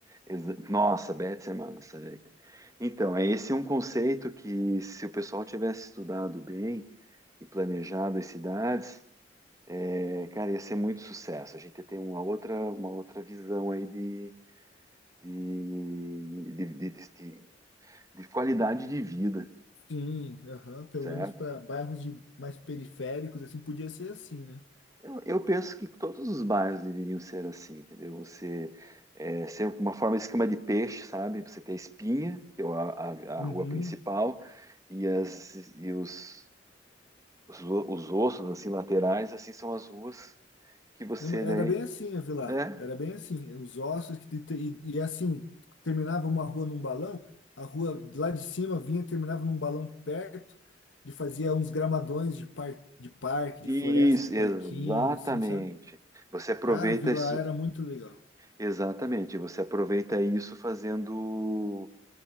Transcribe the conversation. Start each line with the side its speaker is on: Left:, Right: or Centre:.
Right: Exa- Nossa, Betis é massa, né? cara? Então, é esse é um conceito que se o pessoal tivesse estudado bem e planejado as cidades É, cara, ia ser muito sucesso. A gente tem uma outra, uma outra visão aí de, de, de, de, de- de qualidade de vida,
Left: Sim, aham, pelo
Right: certo?
Left: menos para bairros de mais periféricos, assim, podia ser assim, né?
Right: Eu, eu penso que todos os bairros deveriam ser assim, entendeu? Você é, ser uma forma de esquema de peixe, sabe? Você tem a Espinha, que é a, a-
Left: Uhum.
Right: a rua principal, e, as, e os, os, os ossos assim laterais, assim são as ruas que você
Left: Não, Era
Right: daí,
Left: bem assim a vila,
Right: é,
Left: era bem assim. Os ossos que te- te- e, e assim, terminava uma rua num balão, a rua lá de cima vinha, e terminava num balão perto, e fazia uns gramadões de, par, de parque,
Right: Isso,
Left: de floresta, de parquinho,
Right: exatamente.
Left: assim, sabe?
Right: Você aproveita
Left: Cara, vila
Right: isso,
Left: era muito legal.
Right: exatamente. Você aproveita isso fazendo,